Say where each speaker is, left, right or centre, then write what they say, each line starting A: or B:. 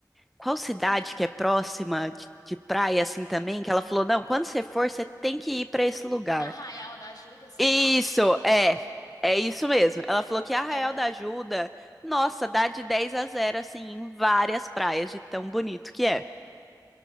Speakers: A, in the centre; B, on the left (about 60°).
A: Qual cidade que é próxima de, de praia assim também? Que ela falou: não, quando você for, você tem que ir para esse lugar.
B: Arraial da Ajuda, será?
A: Isso, é. É isso mesmo. Ela falou que Arraial
B: É.
A: da Ajuda, nossa, dá de 10 a zero assim em várias praias, de tão bonito que é.